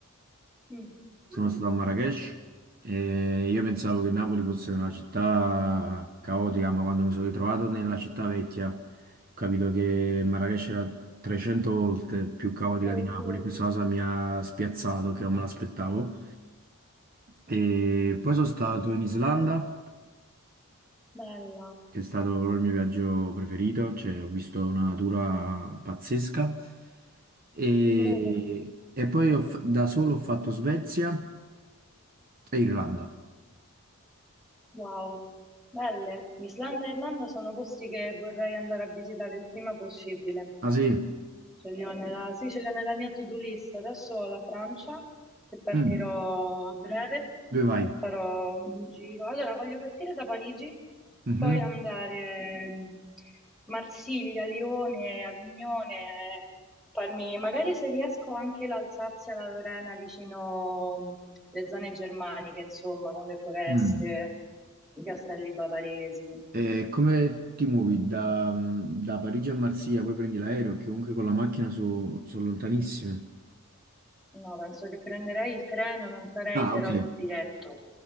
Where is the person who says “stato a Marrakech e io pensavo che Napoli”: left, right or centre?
Right